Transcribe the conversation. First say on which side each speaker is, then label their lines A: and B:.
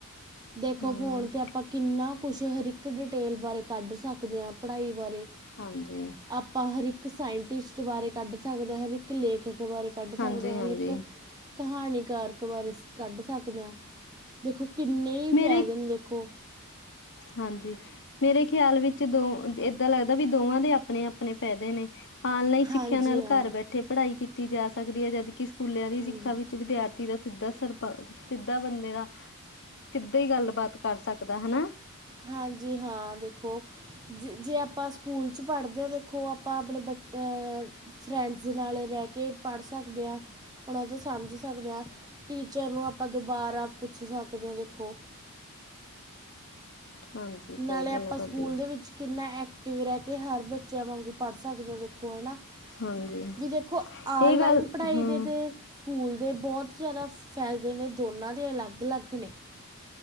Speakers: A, on the right (about 20°); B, on the left (about 55°).
A: ਦੇਖੋ
B: ਹਮ
A: ਫੋਨ ਤੇ ਆਪਾਂ ਕਿੰਨਾ ਕੁਛ ਹਰ ਇੱਕ ਡਿਟੇਲ ਬਾਰੇ ਕੱਢ ਸਕਦੇ ਆਂ, ਪੜ੍ਹਾਈ ਬਾਰੇ
B: ਹਾਂਜੀ।
A: ਆਪਾਂ ਹਰ ਇੱਕ ਸਾਇੰਟਿਸਟ ਬਾਰੇ ਕੱਢ ਸਕਦੇ ਹਾਂ, ਹਰ ਇੱਕ ਲੇਖਕ ਬਾਰੇ ਕੱਢ ਸਕਦੇ
B: ਹਾਂਜੀ
A: ਹਾਂ
B: ਹਾਂਜੀ
A: ਹਰ ਇੱਕ ਕਹਾਣੀਕਾਰਕ ਬਾਰੇ ਕੱਢ ਸਕਦੇ ਹਾਂ, ਦੇਖੋ ਕਿੰਨੇ ਹੀ
B: ਮੇਰੇ
A: ਫਾਇਦੇ ਨੇ ਦੇਖੋ
B: ਹਾਂਜੀ ਮੇਰੇ ਖਿਆਲ ਵਿੱਚ ਦੋ ਏਦਾਂ ਲੱਗਦਾ ਵੀ ਦੋਵਾਂ ਦੇ ਆਪਣੇ ਆਪਣੇ ਫ਼ਾਇਦੇ ਨੇ। ਆਨਲਾਈਨ
A: ਹਾਂਜੀ
B: ਸਿੱਖਿਆ ਨਾਲ
A: ਹਾਂ
B: ਘਰ ਬੈਠੇ ਪੜ੍ਹਾਈ ਕੀਤੀ ਜਾ ਸਕਦੀ ਐ, ਜਦਕਿ ਸਕੂਲਿਆਂ ਦੀ
A: ਹਾਂਜੀ
B: ਸਿੱਖਾ ਵਿੱਚ ਵਿਦਿਆਰਥੀ ਦਾ ਸਿੱਧਾ ਸਰਪ ਸਿੱਧਾ ਬੰਦੇ ਦਾ ਕਿੱਦਾਂ ਹੀ ਗੱਲਬਾਤ ਕਰ ਸਕਦਾ ਹੈਣਾ।
A: ਹਾਂਜੀ ਹਾਂ, ਦੇਖੋ ਜੇ ਆਪਾਂ ਸਕੂਲ ਚ ਪੜ੍ਹਦੇ ਹਾਂ ਦੇਖੋ ਆਪਾਂ ਆਪਣੇ ਬੱ ਆ ਫਰੈਂਡਸ ਨਾਲ ਰਹਿ ਕੇ ਪੜ੍ਹ ਸਕਦੇ ਆ ਉਹਨਾਂ ਤੋਂ ਸਮਝ ਸਕਦੇ ਆ ਟੀਚਰ ਨੂੰ ਆਪਾਂ ਦੁਬਾਰਾ ਪੁੱਛ ਸਕਦੇ ਆ ਦੇਖੋ।
B: ਹਾਂਜੀ
A: ਨਾਲੇ
B: ਸਹੀ ਗੱਲ
A: ਆਪਾਂ
B: ਆ ਤੁਹਾਡੀ
A: ਸਕੂਲ ਦੇ ਵਿੱਚ ਕਿੰਨਾ ਐਕਟਿਵ ਰਹਿ ਕੇ, ਹਰ ਬ ਬੱਚਿਆਂ ਵਾਂਗੂ ਪੜ੍ਹ ਸਕਦੇ ਆ ਦੇਖੋ ਹੈਨਾ।
B: ਹਾਂਜੀ
A: ਵੀ ਦੇਖੋ, ਆਨਲਾਈਨ
B: ਇਹ ਗੱਲ
A: ਪੜ੍ਹਾਈ
B: ਹਮ
A: ਦੇ ਤਾਂ ਸਕੂਲ ਦੇ ਬਹੁਤ ਜ਼ਿਆਦਾ ਫਾਯਦੇ ਨੇ ਦੋਨਾਂ ਦੇ ਅਲੱਗ ਅਲੱਗ ਨੇ